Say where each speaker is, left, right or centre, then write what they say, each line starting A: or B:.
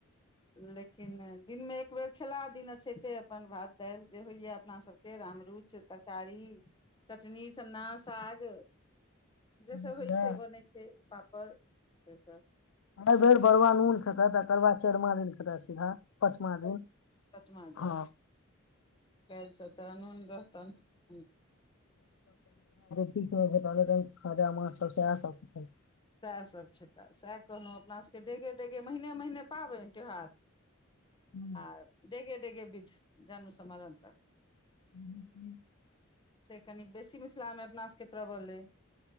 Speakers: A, on the left; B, on the left.
A: लेकिन दिनमे एक बेर खेला दिन अछैते अपन भात दालि जे होइया अपना सभके अमरूचि तरकारी चटनी सन्ना साग जे
B: बुझलियै।
A: सभ होइ छै बनै छै पापड़ सेसभ
B: एय बेर बरुआ नून खेतह तकर बाद चरमा दिन खेताह सीधा पंचमा दिन
A: पँचमा
B: हँ
A: दिन छै सतानन रहतन <unintelligible>
B: ठीक छै त तऽ खाजा मछ सब से क <unintelligible>
A: सैह सभ खेता सएह कहलहुँ अपना सभके डेगे डगे महीने महीने पाबैन त्यौहार
B: हँ
A: आ डेगे डेगे विध जन्म सँ मरन तक
B: ह ह <inaudible>
A: से कनि बेसी मिथिलामे अपना सबके प्रबल अइ